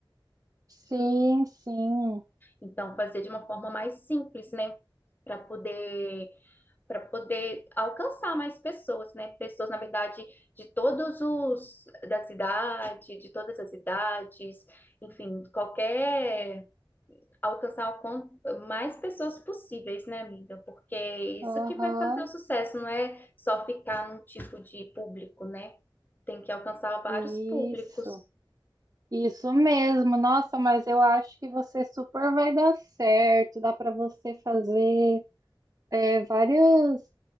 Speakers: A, on the right (about 40°); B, on the left (about 20°).
A: Sim, sim.
B: Então, fazer de uma forma mais simples, né? Para poder. Para poder alcançar mais pessoas, né? Pessoas, na verdade, de todos os, das idades, de todas as idades, enfim, qualquer alcançar o quanto mais pessoas possíveis, né, amiga? Porque é isso
A: Aham,
B: que vai fazer o sucesso, não é só ficar num tipo de público, né? Tem que alcançar vários
A: isso.
B: públicos.
A: Isso mesmo. Nossa, mas eu acho que você super vai dar certo. Dá para você fazer é, vários